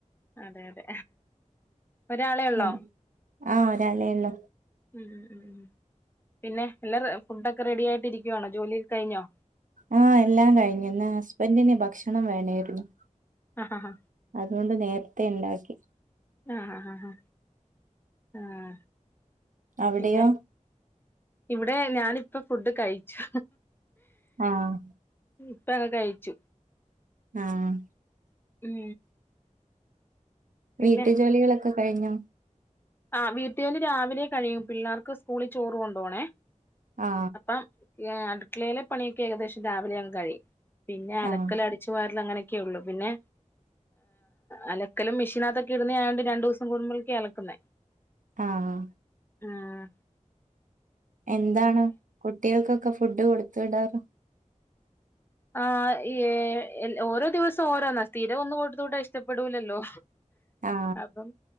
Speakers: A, on the left; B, on the right.
A: അതെ അതെ ഒരാളെ ള്ളോ
B: ഉം. ആ ഒരാളേ ഉള്ളു
A: ഉം പിന്നെ എല്ലം ഫുഡൊക്കെ റെഡി ആയിട്ട് ഇരിക്കുവാണോ ജോലിയൊക്കെ കഴിഞ്ഞോ
B: ആഹ് എല്ലാം കഴിഞ്ഞു ഇന്ന് ഹസ്ബന്റ് ന് ഭക്ഷണം വേണായിരുന്നു
A: ആ ആ ആ
B: അതുകൊണ്ട് നേരത്തെ ഉണ്ടാക്കി
A: ആഹ് ആഹ് ആഹ് ആഹ്
B: അവിടെയോ
A: പിന്നെ ഇവിടെ ഞാനിപ്പ ഫുഡ് കഴിച്ചു
B: ആഹ്
A: ഇപ്പ കഴിച്ചു
B: ആഹ്
A: ഉം പിന്നെ
B: വീട്ടു ജോലികളൊക്കെ കഴിഞ്ഞോ
A: ആഹ് വീട്ടി ജോലി രാവിലെ കഴിയും പിള്ളേർക്ക് സ്കൂളിൽ ചോറ് കൊണ്ടോണെ
B: ആ
A: അപ്പം അടുക്കളയിലെ പണിയൊക്കെ ഏകദേശം രാവിലെ അങ്ങ് കഴിയും പിന്നെ അലക്കല്
B: ആ
A: അടി അടിച്ചുവാരൽ അങ്ങനെയൊക്കെ ഉള്ളൂ പിന്നെ. അലക്കലും മെഷിനകത്തൊക്കെ ഇടുന്ന ആയോണ്ട് രണ്ടു ദിവസം കുടുമ്പഴൊക്കയാ അലക്കുന്നെ.
B: ആഹ്
A: ആഹ്
B: എന്താണ് കുട്ടികൾക്കൊക്കെ ഫുഡ് കൊടുത്ത്ടാറ്
A: ആഹ് ഓരോ ദിവസം ഓരോന്നാ സ്ഥിരം ഒന്ന് കൊടുത്ത് വിട്ടാ ഇഷ്ടപ്പെടൂലല്ലോ?
B: ആ
A: അപ്പം.